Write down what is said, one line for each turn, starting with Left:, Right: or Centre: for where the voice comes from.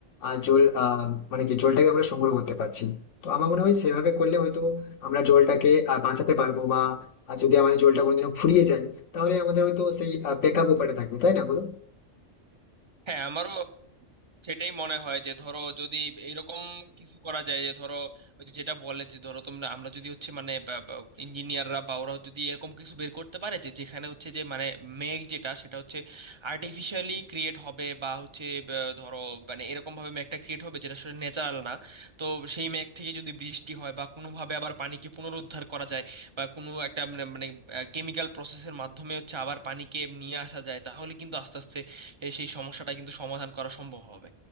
Left: আহ, জল আহ, মানে কি জলটাকে আমরা সংগ্রহ করতে পারছি তো আমার মনে হয় সেভাবে করলে হয়তো আমরা জলটাকে আহ, বাঁচাতে পারবো বা আহ, যদি আমাদের জলটা কোনোদিনও ফুরিয়ে যায় তাহলে আমাদের হয়তো সেই ব্যাকআপ উপায়টা থাকবে তাই না বলো
Right: হ্যাঁ আমারও সেটাই মনে হয় যে ধরো যদি এরকম কিছু করা যায় যে ধরো ওই যে যেটা বলে যে ধরো তোমরা আমরা যদি হচ্ছে মানে ইঞ্জিনিয়াররা বা ওরা যদি এরকম কিছু বের করতে পারে যে যেখানে হচ্ছে যে মানে মেঘ যেটা সেটা হচ্ছে আর্টিফিশিয়ালি ক্রিয়েট হবে বা হচ্ছে বা ধরো মানে এরকম ভাবে মেঘটা ক্রিয়েট হবে যেটা আসলে ন্যাচারাল না তো সেই মেঘ থেকে যদি বৃষ্টি হয় বা কোনোভাবে আবার পানিকে পুনরুদ্ধার করা যায় বা কোনো একটা মানে মানে কেমিক্যাল প্রসেসের মাধ্যমে হচ্ছে আবার পানিকে নিয়ে আসা যায় তাহলে কিন্তু আস্তে আস্তে এ সেই সমস্যাটা কিন্তু সমাধান করা সম্ভব হবে